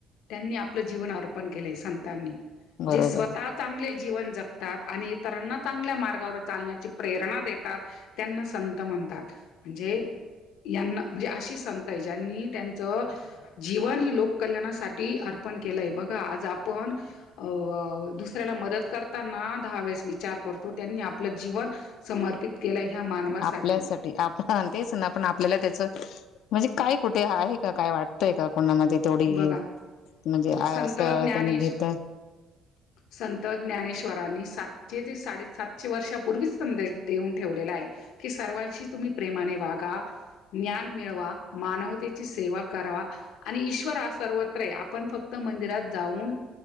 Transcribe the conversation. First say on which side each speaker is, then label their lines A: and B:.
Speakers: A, on the left; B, on the left.
A: त्यांनी आपलं जीवन अर्पण केलं संतांनी
B: बरोबर
A: जे स्वतः चांगले - जीवन जगतात आणि इतरांना चांगल्या मार्गावर चालण्याची प्रेरणा देतात- त्यांना संत म्हणतात म्हणजे- यांना म्हणजे अशी संत आहे ज्यांनी त्यांचं जीवन हे लोक कल्याणासाठी अर्पण केलंय बघा आज आपण अ दुसऱ्याला मदत करताना दहा वेळेस विचार कर तो. त्यांनी आपलं जीवन समर्पित केलं ह्या मानवासाठी
B: आपल्यासाठी आपण तेच ना आप आपल्याला त्याचं म्हणजे काय कुठे आहे का काय वाटतंय का. कोणामध्ये तेथोडी
A: बघा
B: म्हणजे आहे
A: संत
B: असं
A: ज्ञानेश्वर
B: त्यांनी घेत.
A: संत ज्ञानेश्व रांनी सात सातश वर्षांपूर्वीच संदेश देऊन ठवलेला आहे. कि सर्वांशी तुम प्रेमाने वागा ज्ञान मिळवा मानवतेची सेवा करा आणि इश करा सर्वत्र आहे आपण फक्त मंदिरात जाऊन